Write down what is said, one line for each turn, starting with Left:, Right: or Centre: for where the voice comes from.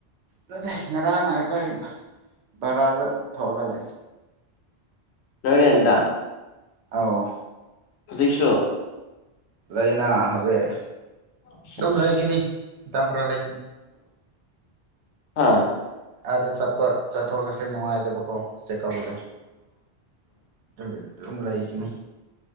Right: ꯅꯠꯇꯦ ꯉꯔꯥꯡꯅ ꯑꯩꯈꯣꯏ ꯕꯔꯥꯗ ꯊꯣꯛꯑꯒ ꯂꯩ
Left: ꯅꯣꯏꯔꯦꯟꯗ
Right: ꯑꯥꯎ
Left: ꯍꯧꯖꯤꯛꯁꯣ
Right: ꯂꯩꯅ ꯍꯧꯖꯤꯛ
Left: ꯁꯦꯁ
Right: ꯑꯗꯨꯝ ꯂꯩꯒꯥꯅꯤ ꯃꯇꯝ ꯈꯔ ꯂꯩꯒꯅꯤ
Left: ꯍꯥꯥ
Right: ꯑꯥꯗ ꯆꯠꯄ ꯆꯠꯊꯣꯛ ꯆꯠꯁꯤꯟ ꯅꯨꯡꯉꯥꯏꯇꯕꯀꯣ ꯆꯦꯀ ꯑꯞꯒꯗ ꯊꯝꯒ ꯂꯥꯏꯒꯅꯤ